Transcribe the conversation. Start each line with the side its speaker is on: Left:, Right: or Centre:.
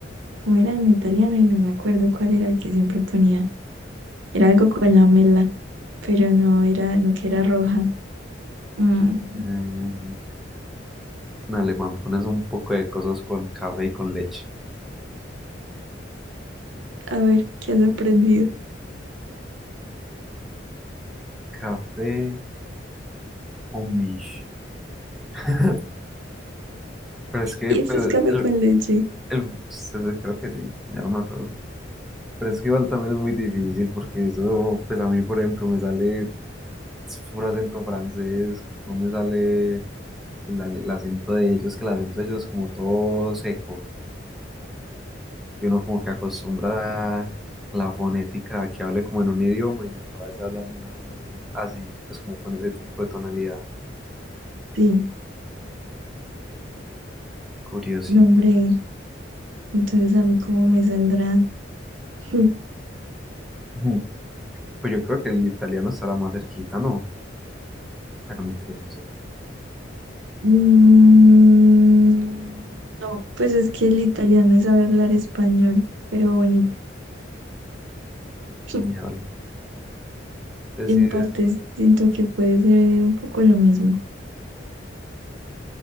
Right: como era en italiano y no me acuerdo cuál era el que siempre ponía. Era algo con lamela, pero no era, no que era roja. Mm,
Centre: Eh, en alemán pones un poco de cosas con café y con leche.
Right: a ver, ¿qué has aprendido?
Centre: Café o mish. <laughs> Pero es que,
Right: Y
Centre: pues,
Right: eso es café
Centre: el,
Right: con leche.
Centre: el- pues, eso creo que sí, ya no me acuerdo. Pero es que igual también es muy difícil porque eso, pues a mí, por ejemplo, me sale puro acento francés, no me sale el, el acento de ellos, que el acento de ellos es como todo seco. Y uno como que acostumbra a la fonética a que hable como en un idioma y acabas hablando nada más eh, así, pues como con ese tipo de tonalidad.
Right: Sí,
Centre: Curiosito.
Right: no, hombre. Entonces, ¿a mí cómo me saldrá? <laughs>
Centre: Ujú. Pues yo creo que el italiano estará más cerquita, ¿no? Bueno, mentiras, no sé.
Right: Mm, no, pues es que el italiano es saber hablar español, pero bonito. <laughs>
Centre: Diablo. Pues
Right: En
Centre: sí, eh,
Right: parte siento que puede ser un poco lo mismo.